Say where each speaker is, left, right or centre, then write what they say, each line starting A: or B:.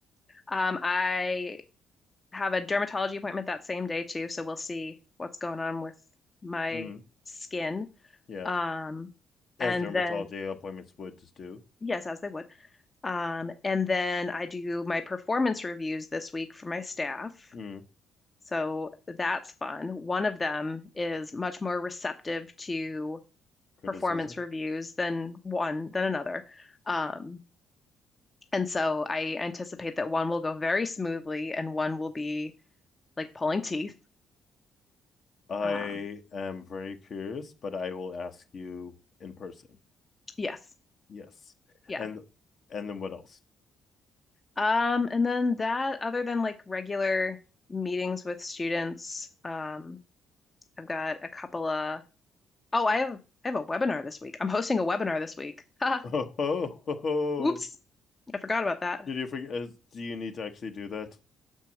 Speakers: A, on the left; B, on the left.
A: Um, I have a dermatology appointment that same day too, so we'll see what's going on with my
B: Mm.
A: skin.
B: Yeah.
A: Um,
B: As
A: and
B: dermatology
A: then
B: appointments would just do.
A: yes, as they would. Um, and then I do my performance reviews this week for my staff.
B: Mm.
A: So that's fun. One of them is much more receptive to
B: Criticism.
A: performance reviews than one than another. Um, and so I anticipate that one will go very smoothly and one will be like pulling teeth.
B: <laughs> I
A: Um,
B: am very curious, but I will ask you in person.
A: yes.
B: Yes.
A: Yeah.
B: And and then what else? <laughs>
A: Um, and then that, other than like regular meetings with students, um, I've got a couple of Oh, I have I have a webinar this week. I'm hosting a webinar this week. <laughs> Ha,
B: Oh, ho, ho, ho.
A: Oops, I forgot about that.
B: did you forget? is- Do you need to actually do that?